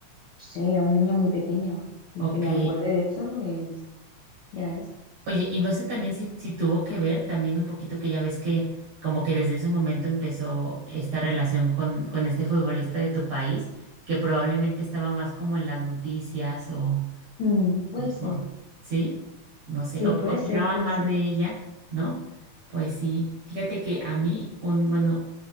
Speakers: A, on the left; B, on the right.
A: sé, era una niña muy pequeña y
B: Ok.
A: que me acuerde de eso, pues ya es.
B: Oye, y no sé también si, si tuvo que ver también un poquito que ya ves que como que desde ese momento empezó esta relación con, con este futbolista de tu país, que probablemente estaba más como en las noticias o,
A: Mm, puede ser,
B: o- ¿sí? No sé,
A: sí,
B: o,
A: puede
B: o que
A: ser,
B: hablaban
A: puede
B: más
A: ser.
B: de ella, ¿no? Pues sí, fíjate que a mí, un, bueno,